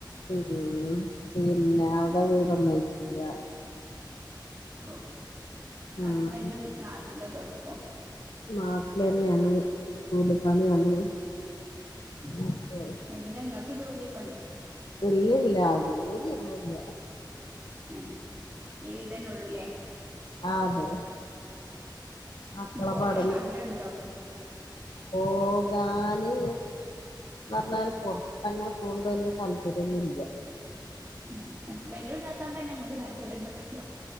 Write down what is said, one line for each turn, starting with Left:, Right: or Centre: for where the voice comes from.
Left: മ്. പിന്നെ അവിടെ വീടൊന്നും ആയിറ്റില്ല.
Right: ഒഹ്. ഹസ്ബൻഡും
Left: ആഹ്
Right: നാട്ടിലൊ ഗൾഫോ?
Left: നാട്ടിലെന്നേണ് കൂലിപ്പണിയാണ്.
Right: ഉം
Left: അപ്പൊ
Right: എന്താ ഇങ്ങക്ക് ജോലിയൊക്കെണ്ടോ?
Left: ഇല്ലല്ല ജോലിയൊന്നുംല്ല.
Right: ഉം ഈതന്നെ ഉള്ളു ല്ലേ?
Left: അതെ മക്കളെ
Right: പോവാനൊക്കെ
Left: പഠനം
Right: ആഗ്രഹം ണ്ടോ?
Left: പോകാന് ന്നർഞ്ഞാല് പൊർത്തങ്ങനെ പോണ്ടോ ല്ലെ താല്പര്യൊന്നുല്ല.
Right: ഏഹ്. ഹസ്ബൻഡ് വിടാത്തോണ്ടല്ല ഇങ്ങക്ക് താല്പര്യം ഇല്ലാത്തോണ്ടോ?